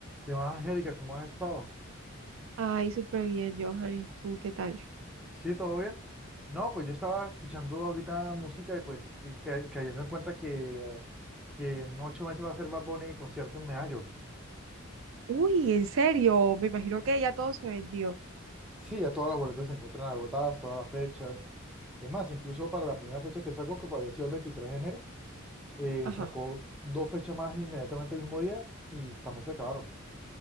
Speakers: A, in the centre; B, on the right.
A: ¿Qué más, Angélica? ¿Cómo has estado?
B: Ay, súper bien, Johan. ¿Y tú qué tal?
A: ¿Sí, todo bien? No, pues yo estaba escuchando ahorita música y pues y ca- cayendo en cuenta que, eh, que en ocho meses va a ser Bad Bunny y concierto en Medallo.
B: Uy, en serio. Me imagino que ya todo se vendió.
A: Sí, ya todas las boletas se encuentran agotadas, todas las fechas. Es más, incluso para la primera fecha que sacó, que había sido el 23 de enero, eh,
B: Ajá.
A: sacó dos fechas más inmediatamente el mismo día y también se acabaron.